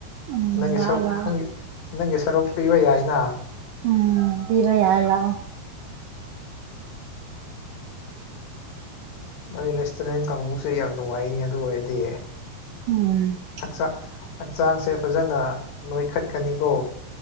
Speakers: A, on the right; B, on the left.
A: ꯎꯝ
B: ꯅꯪꯒꯤ
A: ꯂꯥꯛꯑꯣ
B: ꯁꯨ
A: ꯂꯥꯛꯑꯣ
B: ꯅꯪꯒꯤ ꯅꯪꯒꯤ ꯁꯔꯨꯛ ꯄꯤꯕ ꯌꯥꯏꯅ <inaudible>
A: ꯎꯝ ꯄꯤꯕ ꯌꯥꯏ ꯂꯥꯛꯑꯣ
B: ꯅꯣꯏ ꯔꯦꯁꯇꯨꯔꯦꯟ ꯀꯥꯡꯕꯨꯁꯨꯦ ꯌꯥꯝ ꯅꯨꯡꯉꯥꯏꯅꯤ ꯑꯗꯨ ꯑꯣꯏꯔꯗꯤ
A: ꯎꯝ
B: ꯍꯛꯆꯥꯡ ꯍꯛꯆꯥꯡꯁꯦ ꯐꯖꯅ ꯅꯣꯏꯈꯠꯀꯅꯤꯀꯣ